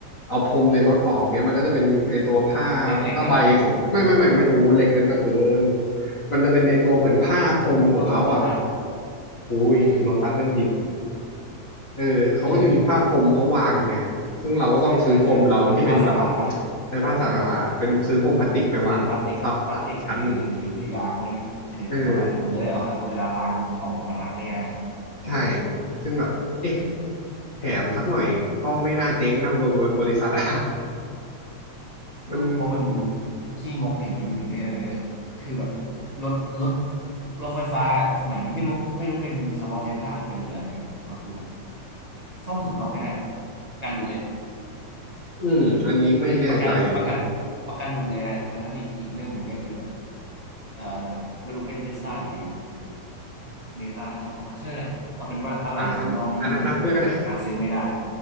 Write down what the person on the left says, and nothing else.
เอาพรมในรถออกเงี้ยมันก็จะเป็นไอ้ตัวผ้าผ้าใบของไม่ไม่ไม่ไม่โอ้เหล็กนั่นก็เกิน
มันจะเป็นไอ้ตัวเหมือนผ้าพรมของเขาอ่ะ
อุ้ยโลตัสนั่นดิบ
เออเขาก็จะมีผ้าพรมเขาวางอย่างเงี้ยซึ่งเราก็ต้องซื้อพรมเราที่เป็นแบบ
ไอ้ผ้าสักหลาดเป็นซื้อพรมพลาสติกไปวางซับทับอีกชั้นหนึ่ง
เออใช่ซึ่งแบบเอ๊ะแถมสักหน่อยก็ไม่น่าเจ๊งนะบริบริษัทอะ
มัน
อืมอันนี้ไม่แน่ใจเลยฮะ
อ่าอันอันนั้นนับด้วยก็ได้